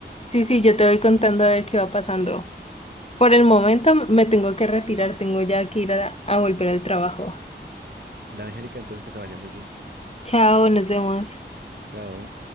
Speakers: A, on the left; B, on the right.
A: Sí, sí, yo te voy contando a ver qué va pasando. Por el momento me tengo que retirar, tengo ya que ir a a volver al trabajo.
B: Dale, Angélica, entonces que te vaya muy bien.
A: Chao, nos vemos.
B: Chao.